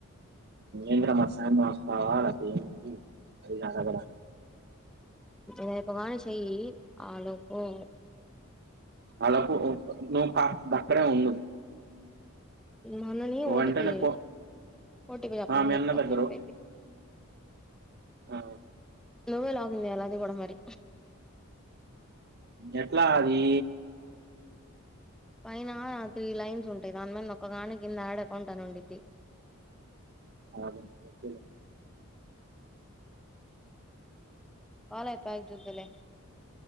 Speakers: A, on the right (about 45°); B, in the centre.
A: ఎంద్ర మరి సాయంత్రం వస్తావా, అది ఏంది అన్ని అడగలే,
B: రేపు గాని చెయ్యి ఆలోపే
A: అలాకు నువ్వు కా గక్కడే ఉండు
B: మనని ఓ
A: వెంటనే
B: టి పి
A: ఫో
B: ఓ టి పి చెప్పమని
A: ఆ మీ
B: చెప్తా
A: అన్న దగ్గరు
B: సరిపోయింది
A: ఆ
B: నువ్వే లాగుంది అలాది గూడా మరి
A: ఎట్లా అది
B: పైనా త్రీ లైన్స్ ఉంటాయి దానిమీద నొక్కగానే కింద యాడ్ అకౌంట్ అనుండ్డిద్ది <inaudible>
A: ఆలన్ చొప్పుళే
B: కాల్ ఐపోయాక జూదువులే